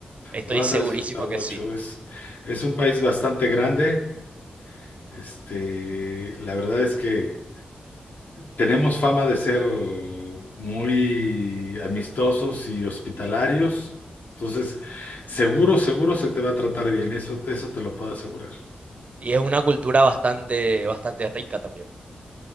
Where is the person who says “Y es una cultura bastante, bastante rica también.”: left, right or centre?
Right